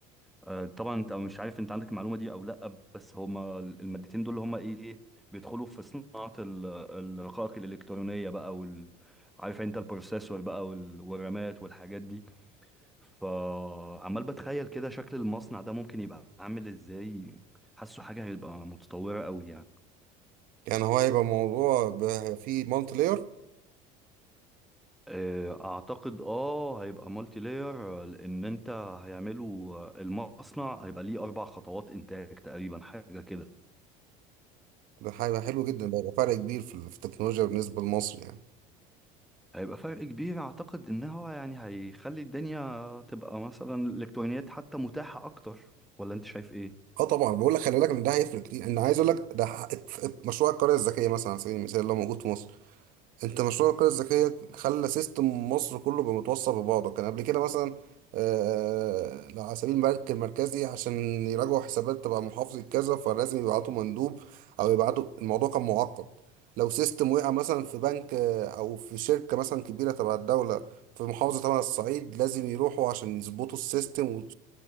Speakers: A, in the centre; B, on the right.
A: آه، طبعا انت مش عارف انت عندك المعلومه دي او لا بس هما المادتين دول هما ايه إيه، بيدخلوا في صناعه ال- الرقائق الالكترونيه بقى وال عارف انت البروسيسور بقى وال... والرامات والحاجات دي فعمال بتخيل كده شكل المصنع ده ممكن يبقى عامل ازاي حاسه حاجه هيبقى متطوره قوي يعني
B: يعني هو هيبقى موضوع ب- هيبقى فيه مالتي لاير
A: آه، اعتقد اه هيبقى مالتي لاير لان انت هيعملوا المصنع هيبقى ليه اربع خطوات انتاج تقريبا حاجه كده
B: ده هيبقى حلو جدا ده هيبقى فرق كبير في ال- في التكنولوجيا بالنسبة لمصر يعني
A: هيبقى فرق كبير اعتقد ان هو يعني هيخلي الدنيا تبقى مثلا الالكترونيات حتى متاحة اكتر ولا انت شايف ايه
B: اه طبعا بقول لك خلي بالك ان ده هيفرق كتير ان عايز اقول لك ده حقق- مشروع القرية الذكية مثلا على سبيل المثال اللي هو موجود في مصر انت مشروع القرية الذكية خلى سيستم مصر كله بقى متوصل ببعضه كان قبل كده مثلا آه، آه، على سبيل البنك المركزي عشان يراجعوا حسابات تبع محافظة كذا فلازم يبعتوا مندوب او يبعتوا الموضوع كان معقد لو سيستم وقع مثلا في بنك آه، او في شركة مثلا كبيرة تبع الدولة في محافظة تبع الصعيد لازم يروحوا عشان يظبطوا السيستم